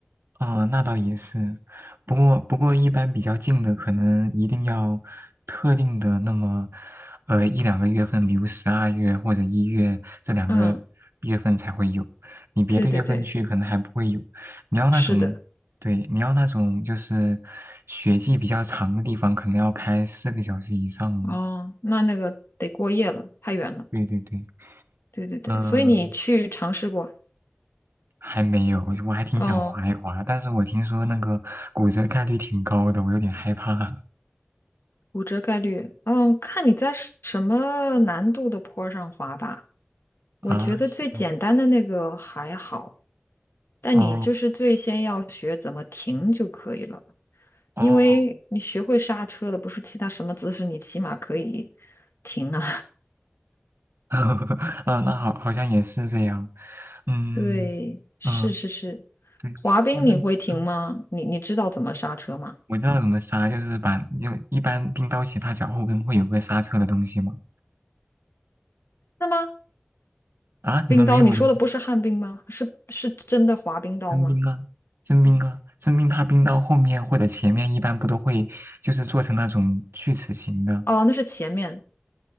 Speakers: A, on the right; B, on the left.
A: 啊、那倒也是，不过不过一般比较近的，可能一定要特定的那么，呃一两个月份，比如十二月或者一月这两个月份才会有，
B: 嗯，
A: 你别的月份去可能还不会有。
B: 对对对，
A: 你要那种，
B: 是的。
A: 对，你要那种就是雪季比较长的地方，可能要开四个小时以上的。
B: 哦，那那个得过夜了，太远了。
A: 对对对，
B: 对对对，
A: 呃，
B: 所以你去尝试过？
A: 还没有，我还挺想滑一滑，
B: 哦，
A: 但是我听说那个骨折概率挺高的，我有点害怕
B: 骨折概率，嗯，看你在什什么难度的坡上滑吧。
A: 啊。
B: 我觉得最简单的那个还好，
A: 是
B: 但你就是最先要学怎么停就可以了，
A: 哦哦，
B: 因为你学会刹车了，不是其他什么姿势，你起码可以停啊。
A: <laughs> 啊，那好，好像也是这样。
B: <laughs>
A: 嗯
B: 对，是是是，
A: 嗯，对，
B: 滑冰你会停吗？
A: 那那啊，
B: 你你知道怎么刹车吗？
A: 我知道怎么刹，就是把就一般冰刀鞋踏脚后跟会有个刹车的东西吗？
B: 是吗？
A: 啊，
B: 冰刀，
A: 你们没有的，
B: 你说的不是旱冰吗？是是真的滑冰刀吗？
A: 真冰啊，真冰啊，真冰它冰刀后面或者前面一般不都会就是做成那种锯齿形的，
B: 哦，那是前面